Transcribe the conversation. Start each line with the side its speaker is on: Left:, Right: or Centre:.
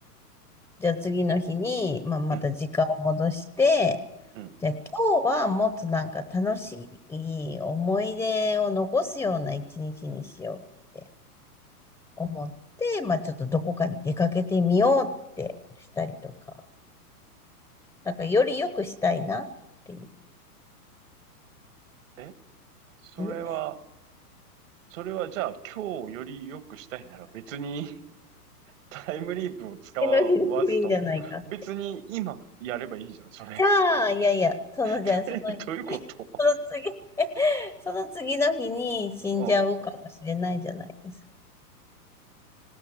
Centre: じゃあ、次の日に、まあ、また時間を戻して、
Right: うんうん。
Centre: じゃあ今日はもっとなんか楽しい思い出を残すような一日にしようって思って、まあちょっとどこかに出かけてみようってしたりとか、なんかより良くしたいなっていう。
Right: えそれは、
Centre: え
Right: それはじゃあ今日より良くしたいなら別に <laughs> タイムリープを使わずとも、
Centre: 次の日でもいいんじゃないかって。
Right: 別に今やればいいじゃん、それ。
Centre: じゃあ、いやいや、そのじゃあその、
Right: <laughs> え、どういうこと
Centre: その次、<laughs> その次の日に死んじゃうかもしれないじゃないですか。
Right: うん。